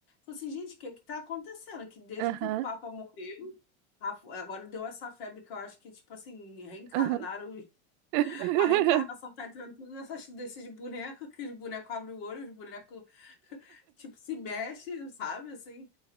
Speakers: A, on the left; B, on the right.
A: assim, gente, o que é que tá acontecendo? Que desde
B: aham,
A: que o Papa morreu, a- agora deu essa febre que eu acho que, tipo assim, reencarnaram
B: aham. <laughs>
A: a reencarnação tá entrando tudo nessas, desses bonecos, que os bonecos abrem o olho, os bonecos, tipo, se mexem, sabe, assim.